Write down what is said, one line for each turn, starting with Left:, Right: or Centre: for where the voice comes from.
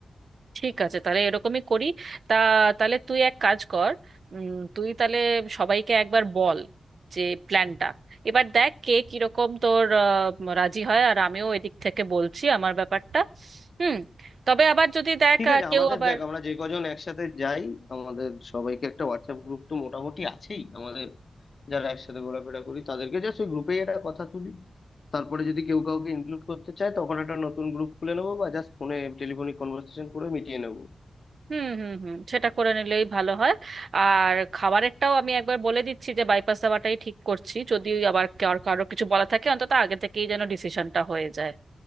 Right: ঠিক আছে তাহলে এরকমই করি তা তাহলে তুই এক কাজ কর উম, তুই তাহলে সবাইকে একবার বল যে প্ল্যানটা এবার দেখ কে কিরকম তোর আহ, রাজি হয় আর আমিও এদিক থেকে বলছি আমার ব্যাপারটা হুম তবে আবার যদি দেখ
Left: ঠিক
Right: আহ,
Left: আছে
Right: কেউ
Left: আমাদের
Right: আবার
Left: দেখ আমরা যে কজন একসাথে যাই আমাদের সবাইকে একটা হোয়াটসঅ্যাপ গ্রুপ তো মোটামুটি আছেই আমাদের যারা একসাথে ঘোরাফেরা করি তাদেরকে জাস্ট ওই গ্রুপেই একটা কথা তুলি তারপরে যদি কেউ কাউকে ইনক্লুড করতে চায় তখন একটা নতুন গ্রুপ খুলে নেবো বা জাস্ট ফোনে টেলিফোনিক কনভারসেশন করে মিটিয়ে নেবো
Right: হুম হুম হুম সেটা করে নিলেই ভালো হয় আর খাবারেরটাও আমি একবার বলে দিচ্ছি যে বাইপাস দাওয়াটাই ঠিক করছি যদি আবার কার- কারো কিছু বলা থাকে অন্তত আগে থেকেই যেন ডিসিশনটা হয়ে যায়